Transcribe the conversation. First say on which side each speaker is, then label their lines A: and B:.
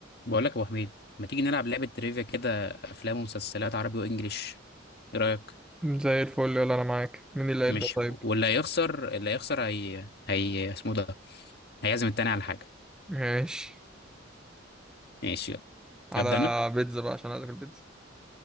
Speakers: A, on the left; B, in the centre.
A: بقول لك يا ابو حميد ما تيجي نلعب لعبه تريفيا كده افلام ومسلسلات عربي وانجليش ايه رايك
B: زي الفل يلا انا معاك مين اللي
A: ماشي
B: هيبدأ طيب
A: واللي هيخسر اللي هيخسر هي هي اسمه ده هيعزم التاني على حاجه
B: ماشي
A: ماشي يلا.
B: على
A: ابدا انا
B: بيتزا بقى عشان عايز اكل بيتزا